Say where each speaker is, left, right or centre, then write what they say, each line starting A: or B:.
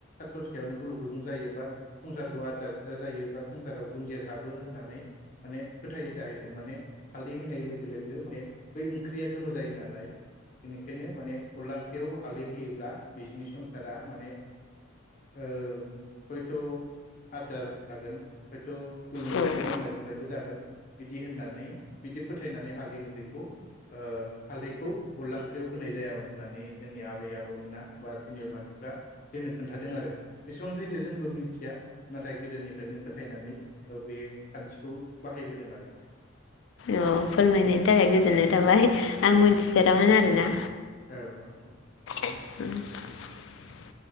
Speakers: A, on the left; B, on the left.
A: बेवनो गुुलुं गुुजुं जायो बा संसारखौ आद्रा खिद्रा जायो बा संसाराव गुनजेर हाबो होननानै माने फोथायो जाहैदों माने हालदै होननाय लोगो लोगो माने बै ओंख्रि गोमो जायो नालाय बेनिखायनो माने अनला ओंख्रियाव बेखौ हालदै होयोब्ला बिसोरनि संसारा माने ओ हयथ' आद्रा जागोन हयथ' गुलुं
B: औ
A: गुजुं नांलाय खमलायबो जागोन बिदि होननानै बिदि फोथायनानै हालदै ओंख्रिखौ ओ हालदै खौ अनला ओंख्रियाव होनाय जायामोन होननानै जोंनि आबै आबौमोना बा सिनियर मानसिफ्रा जोंनो खोन्थादों आरो बेसेबांसैदो जोंबो मिथिया नाथाय गोदोनिफ्रायनो फोथायनानै बे खान्थिखौ बाहायबोदों आरो
B: औ फोरमायनायनि थाखाय गोजोननाय थाबाय आं मिथिफेरामोन
A: औ
B: आरो ना
A: औ औ
B: <unintelligible>